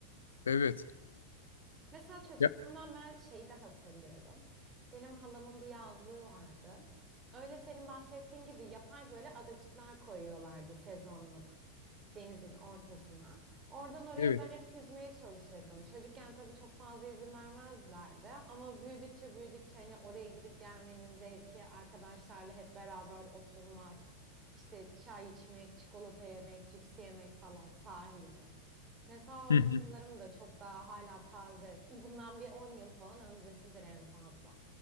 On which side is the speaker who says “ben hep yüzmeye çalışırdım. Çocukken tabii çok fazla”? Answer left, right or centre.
Right